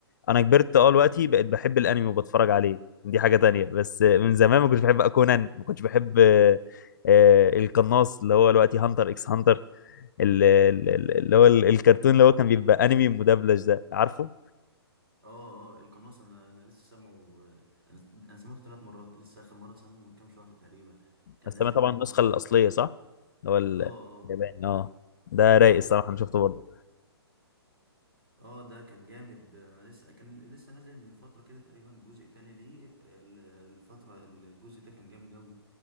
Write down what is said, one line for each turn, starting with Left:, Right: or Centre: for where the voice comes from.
Left: انا كبرت اه دلوقتي بقيت بحب الانمي وبتفرج عليه دي حاجه تانية بس آه، من زمان ما كنتش بحب كونان ما كنتش بحب آه، آه، القناص اللي هو دلوقتي هانتر اكس هانتر ال- ال- ال- اللي هو ال- الكرتون اللي هو كان بيبقى انمي مدبلج ده عارفه
Right: اه اه القناص انا انا لسه سامعه آه، انا انا سمعته ثلاث مرات لسه اخر مره سامعه من كام شهر تقريبا كان
Left: بس
Right: نازل
Left: انا طبعا
Right: منه
Left: النسخه
Right: مش عارف-
Left: الاصليه صح اللي هو ال-
Right: اه اه
Left: الياباني اه ده رايق
Right: ال-
Left: الصراحه انا شفته برضه
Right: اه ده كان جامد آه، انا لسه كان لسه نازل من فتره كده تقريبا جزء تاني ليه آه، ال- الفتره الجزء ده كان جامد اوي